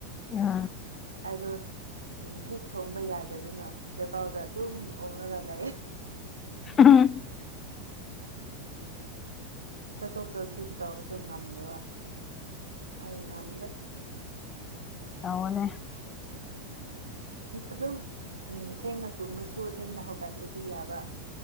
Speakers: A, on the left (about 25°); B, on the right (about 75°).
A: ꯑ
B: ꯑꯩꯗꯣ ꯎ ꯍꯦꯛ ꯊꯣꯡꯕ ꯌꯥꯗꯗꯅ ꯇꯦꯕꯥꯜꯗ ꯑꯗꯨꯝ ꯑꯣꯉꯒ ꯂꯩꯑ
A: ꯎꯝ
B: ꯆꯠꯊꯣꯛ ꯆꯠꯁꯤꯟ ꯇꯧꯕꯁꯨ ꯉꯝꯗꯕ ꯑꯩ ꯉꯝꯗꯦ
A: ꯇꯧꯅꯦꯦ
B: ꯑꯗꯨꯝ ꯎꯝ ꯊꯦꯡꯅ ꯇꯨꯝꯃꯁꯨ ꯊꯦꯡꯅ ꯍꯧꯒꯠꯂꯗꯤ ꯌꯥꯕ